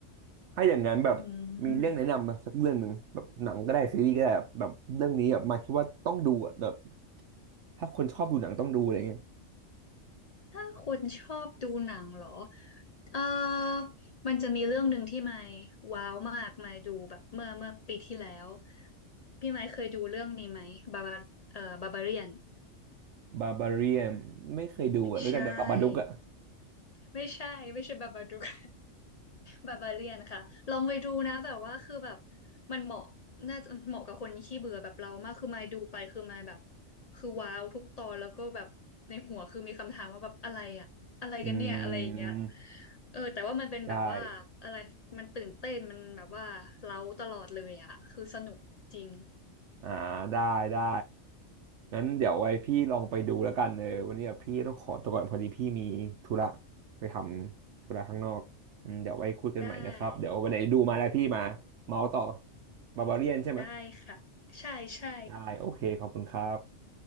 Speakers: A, on the right; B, on the left.
A: ถ้าอย่างนั้นแบบมีเรื่องแนะนำมาสักเรื่องหนึ่งแบบหนังก็ได้ซีรีส์ก็ได้แบบแบบเรื่องนี้แบบมาคิดว่าต้องดูอะแบบ
B: อืม
A: ถ้าคนชอบดูหนังต้องดูอะไรเงี้ย
B: ถ้าคนชอบดูหนังเหรอเออมันจะมีเรื่องหนึ่งที่ไม่ว้าวมากไมาดูแบบเมื่อเมื่อปีที่แล้วพี่ไม้เคยดูเรื่องนี้ไหมบาบาเอ่อบาบาเรียน
A: บาบาเรียนไม่เคยดูอ่ะรู้จักแต่บาบาดุกอ่ะ
B: ใช่ ไม่ใช่ไม่ใช่บาบาดู <laughs> กบาบาเลียนค่ะลองไปดูนะแบบว่าคือแบบมันเหมาะน่าจะเหมาะกับคนขี้เบื่อแบบเรามากคือมายดูไปคือมายแบบคือว้าวทุกตอนแล้วก็แบบในหัวคือมีคำถามว่าแบบอะไรอะอะไรกันเนี่ยอะไรอย่างเงี้ย
A: อืม
B: เออแต่ว่ามันเป็นแบบว่าอะไรมันตื่นเต้นมันแบบว่าเร้าตลอดเลยอะคือสนุกจริง
A: ได้อ่าได้ ได้ งั้นเดี๋ยวไว้พี่ลองไปดูแล้วกันเออวันนี้อะพี่ต้องขอตัวก่อนพอดีพี่มีธุระไปทำธุระข้างนอกอืมเดี๋ยวไว้คุยกันใหม่นะครับ
B: ได้
A: เดี๋ยววันไหนดูมาแล้วพี่มาเมาส์ต่อบาบาเรียนใช่ไหม
B: ได้ค่ะใช่ใช่
A: ได้โอเคขอบคุณครับ